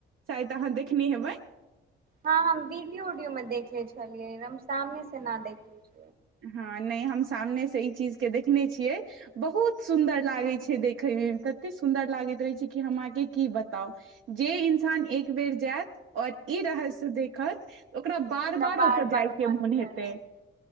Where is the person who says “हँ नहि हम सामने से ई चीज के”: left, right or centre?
Right